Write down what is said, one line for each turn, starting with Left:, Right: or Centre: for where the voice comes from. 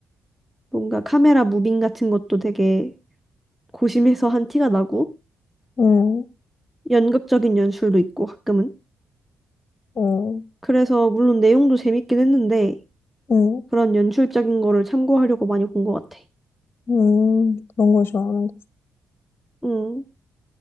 Centre: 뭔가 카메라 무빙 같은 것도 되게 고심해서 한 티가 나고
Left: 음,
Centre: 연극적인 연출도 있고 가끔은.
Left: 음,
Centre: 그래서 물론 내용도 재밌긴 했는데
Left: 음,
Centre: 그런 연출적인 거를 참고하려고 많이 본 것 같아.
Left: 음, 그런 걸 좋아하는 거.
Centre: 음.